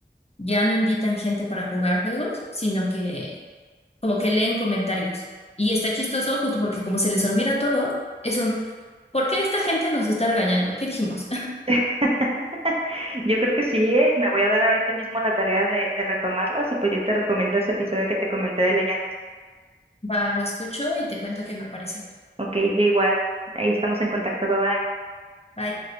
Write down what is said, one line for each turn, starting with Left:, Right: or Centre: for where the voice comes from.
Left: ya no invitan gente para jugar juegos, sino que como que leen comentarios. Y está chistoso
Right: Ujú.
Left: justo porque como se les olvida todo, es un, ¿por qué esta gente nos está regañando? ¿Qué dijimos?
Right: <laughs> Yo creo que sí, eh, Me voy a dar ahorita mismo la tarea de, de retomarlas y pues yo te recomiendo ese episodio que te comenté de leyendas.
Left: Va, lo escucho y te cuento qué me pareció.
Right: Ok, yo igual. Ahí estamos en contacto. Bye bye.
Left: Bye.